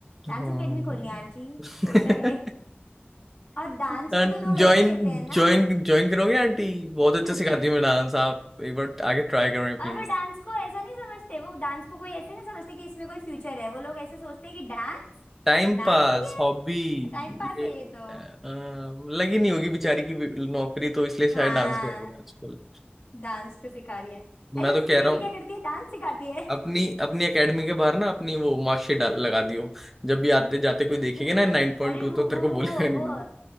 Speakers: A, in the centre; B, on the left.
A: हाँ
B: डांस एकेडमी खोलनी है आंटी
A: <laughs>
B: सोचा है और डांस
A: हाँ
B: को तो लोग ऐसे
A: ज्वाइन
B: लेते हैं ना
A: ज्वाइन ज्वाइन करोगे आंटी बहुत अच्छा
B: <laughs>
A: सिखाती है मैं डांस आप एक बार आगे ट्राई करें
B: और
A: प्लीज
B: वो डांस को ऐसा नहीं समझते वो डांस को कोई ऐसे नहीं समझते कि इसमें कोई फ्यूचर है वो लोग ऐसे सोचते हैं कि डांस
A: Time
B: नाच
A: pass
B: रही है
A: hobby
B: टाइम पास
A: ये
B: है ये तो
A: अ, लगी नहीं होगी बेचारी की भी- नौकरी तो इसलिए शायद
B: हाँ
A: डांस कर रही है आजकल
B: डांस को सिखा रही है
A: मैं
B: अरे उसकी
A: तो कह
B: बेटी
A: रहा हूँ
B: क्या करती है डांस सिखाती है
A: अपनी अपनी एकेडमी के बाहर ना अपनी वो मार्कशीट डाल लगा दियो जब भी आते जाते
B: <laughs>
A: कोई देखेगा ना नाइन पॉइंट
B: अरे
A: टू
B: वो
A: तो तेरे
B: वो
A: को बोलेगा
B: वो
A: नहीं
B: वो
A: कुछ